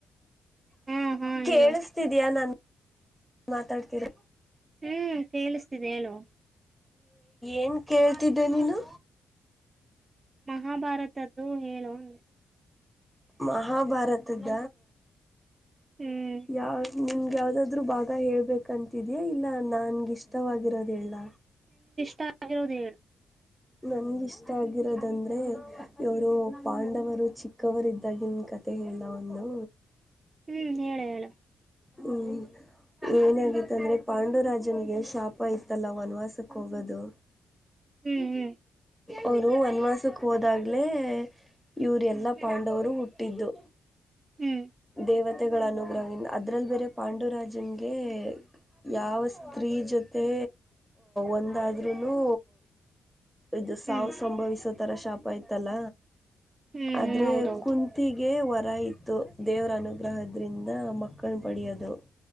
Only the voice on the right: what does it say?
ಹಾ ಹಾ
ಹೇಳು
ಹ್ಮ್ ಕೇಳಿಸ್ತಿದೆ ಹೇಳು
ಮಹಾಭಾರತದ್ದು ಹೇಳು ಅಂದೆ
ಹ್ಮ್
ತೋ ದ
ಹ್ಮ್ ಹೇಳು ಹೇಳು
ಹ್ಮ್ ಹ್ಮ್
ಹ್ಮ್
ಹ್ಮ್
ಹ್ಮ್ ಹ್ಮ್
ಹ್ಮ್
ಹೌದೌದು